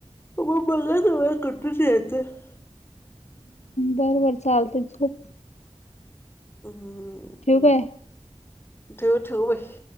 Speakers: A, on the left; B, on the left.
A: <unintelligible>
B: बरबर चालतय झोप.
A: <unintelligible>
B: ठेऊ काय?
A: ठेव ठेव बाई